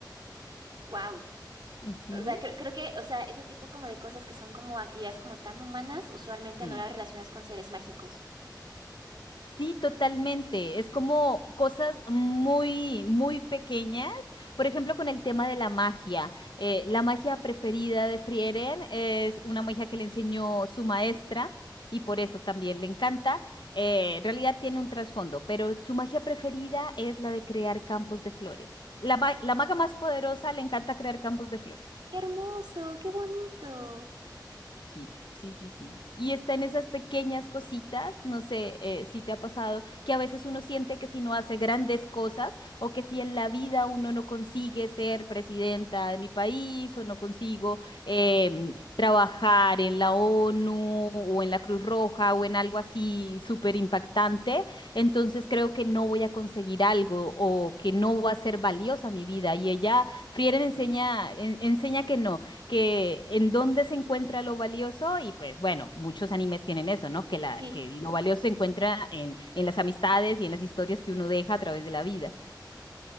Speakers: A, on the right; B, on the left.
A: Wow.
B: Ujú,
A: O sea, creo, creo que, o sea, ese tipo como de cosas que son como actividades como tan humanas, usualmente
B: Sí.
A: no las relacionas con seres mágicos.
B: Sí, totalmente. Es como cosas muy, muy pequeñas. Por ejemplo, con el tema de la magia. Eh, la magia preferida de Frieren es una magia que le enseñó su maestra y por eso también le encanta. Eh, en realidad tiene un trasfondo, pero su magia preferida es la de crear campos de flores. La, ma- la maga más poderosa le encanta crear campos de flores.
A: ¡Qué hermoso! ¡Qué bonito!
B: Sí, sí, sí, sí. Y está en esas pequeñas cositas, no sé eh, si te ha pasado, que a veces uno siente que si no hace grandes cosas o que si en la vida uno no consigue ser presidenta de mi país o no consigo em, trabajar en la ONU o en la Cruz Roja o en algo así súper impactante, entonces creo que no voy a conseguir algo o que no va a ser valiosa mi vida. Y ella, Frieren enseña, en- enseña que no que en dónde se encuentra lo valioso y pues bueno, muchos animes tienen eso, ¿no? Que, la,
A: Sí,
B: que lo valioso se encuentra en, en las amistades y en las historias que uno deja a través de la vida.